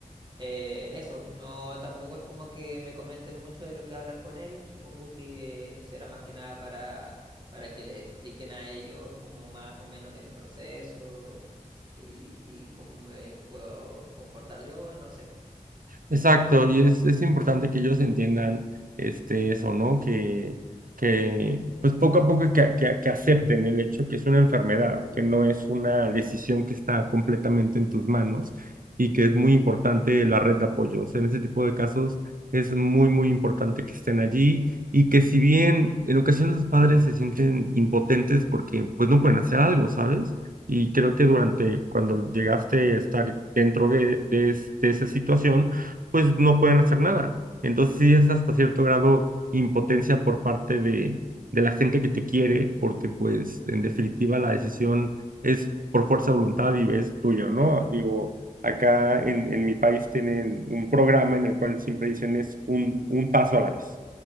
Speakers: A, on the right; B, on the right.
A: eh, eso, no, tampoco es como que me comenten mucho de lo que hablan con él, supongo que será más que nada para, para que les expliquen a ellos como más o menos el proceso y, y cómo me puedo comportar yo, no sé.
B: Exacto, y es, es importante que ellos entiendan este, eso, ¿no? Que, que pues poco a poco que, que, que acepten el hecho que es una enfermedad, que no es una decisión que está completamente en tus manos y que es muy importante la red de apoyos. En ese tipo de casos es muy, muy importante que estén allí y que si bien en ocasiones los padres se sienten impotentes porque pues no pueden hacer algo, ¿sabes? Y creo que durante cuando llegaste a estar dentro de, de es- de esa situación, pues no pueden hacer nada. Entonces sí es hasta cierto grado impotencia por parte de, de la gente que te quiere, porque pues en definitiva la decisión es por fuerza de voluntad y es tuyo, ¿no? Digo, acá en, en mi país tienen un programa en el cual siempre dicen es un, un paso a la vez.